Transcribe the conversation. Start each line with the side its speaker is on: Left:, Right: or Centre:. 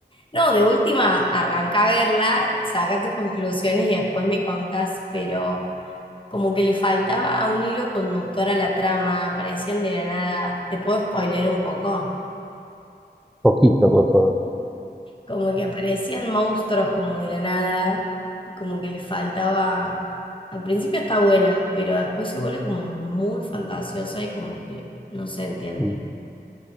Left: No, de última, arranca a verla, saca tus conclusiones y después me contas, pero como que le faltaba un hilo conductor a la trama, aparecían de la nada. ¿Te puedo spoilear un poco?
Centre: poquito, por favor.
Left: Como que aparecían monstruos como de la nada, y como que le faltaba... Al principio está buena, pero después se vuelve como muy fantasiosa y como que no se entiende.
Centre: ¿No